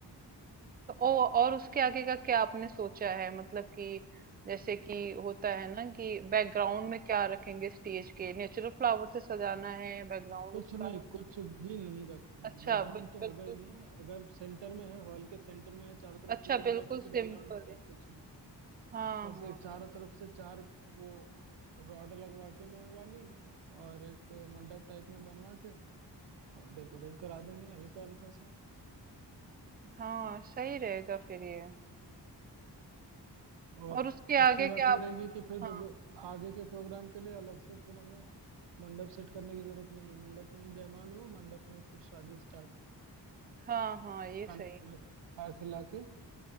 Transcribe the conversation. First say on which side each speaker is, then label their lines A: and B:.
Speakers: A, on the right (about 25°); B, on the right (about 75°).
A: तो ओ, और उसके आगे का क्या आपने सोचा है मतलब कि जैसे कि होता है ना कि बैकग्राउंड में क्या रखेंगे स्टेज के नेचुरल फ्लावर से सजाना है बैकग्राउंड
B: कुछ
A: उसका
B: नहीं कुछ भी नहीं रखना
A: अच्छा
B: बैकग्राउंड
A: बिल-
B: तो
A: बिल्कुल
B: होगा ही नहीं है अगर सेंटर में है हॉल के सेंटर में है चारों तरफ
A: अच्छा
B: लोग
A: बिल्कुल
B: बैठे हैं तो
A: सिंपल
B: बैकग्राउंड में क्या
A: है।
B: कुछ नहीं
A: हाँ
B: बस
A: हाँ
B: एक चारों तरफ से चार वो रॉड लगवा के लोहे वाली और एक मंडप टाइप में बनवा के और डेकोरेट करा देंगे हल्का हल्का सा
A: हाँ सही रहेगा फिर ये
B: और
A: और उसके
B: अच्छी
A: आगे
B: बात
A: क्या
B: ये
A: आप
B: रहेगी कि फिर
A: हाँ
B: दोब- आगे के प्रोग्राम के लिए अलग से फिर हमें मंडप सेट करने की जरूरत नहीं है मंडप में ही जयमाल हुआ मंडप में फिर शादी स्टार्ट
A: हाँ हाँ ये
B: खाना
A: सही
B: वाना खा खिला के